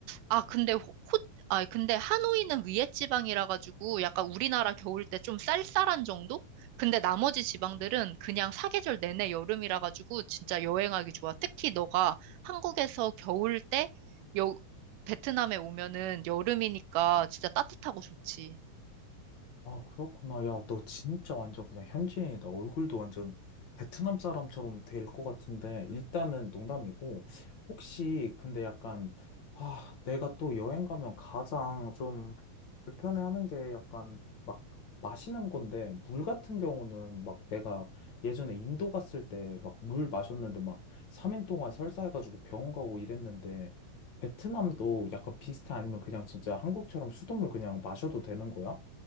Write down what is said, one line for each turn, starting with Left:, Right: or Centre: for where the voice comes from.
Right: 아, 근데 호, 호- 아, 근데 하노이는 위에 지방이라 가지고 약간 우리나라 겨울 때 좀 쌀쌀한 정도? 근데 나머지 지방들은 그냥 사계절 내내 여름이라 가지고 진짜 여행하기 좋아. 특히 너가 한국에서 겨울 때 여, 베트남에 오면은 여름이니까 진짜 따뜻하고 좋지.
Left: 아, 그렇구나. 야, 너 진짜 완전 그냥 현지인이다. 얼굴도 완전 베트남 사람처럼 될 것 같은데, 일단은 농담이고, 혹시, 근데 약간, 아, 내가 또 여행 가면 가장 좀 불편해하는 게 약간 막 마시는 건데, 물 같은 경우는 막 내가 예전에 인도 갔을 때 막 물 마셨는데 막 3일 동안 설사해가지고 병원 가고 이랬는데, 베트남도 약간 비슷해? 아니면 그냥 진짜 한국처럼 수돗물 그냥 마셔도 되는 거야?